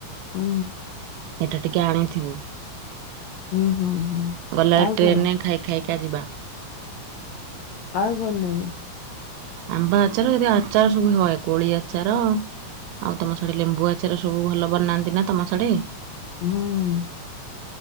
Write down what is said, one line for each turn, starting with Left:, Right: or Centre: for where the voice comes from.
Left: ହଁ।
Right: ଏଟା ଟିକେ ଆଣିଥିବୁ।
Left: ହୁଁ, ହୁଁ, ହୁଁ,
Right: ଗଲାବେଳେ
Left: ଆଉ
Right: ଟ୍ରେନରେ
Left: କଣ?
Right: ଖାଇ ଖାଇକି ଖାଇକା ଯିବା।
Left: ଆଉ କଣ ନେବି?
Right: ଆମ୍ବ ଆଚାର ଯଦି ଆଚାରା ସବୁ ହଏ। କୋଳି ଆଚାର ଆଉ ତମ ସାଡେ ଲେମ୍ବୁ ଆଚାର ସବୁ ଭଲ ବନାନ୍ତି ନା ତମ ସାଢେ।
Left: ହଁ।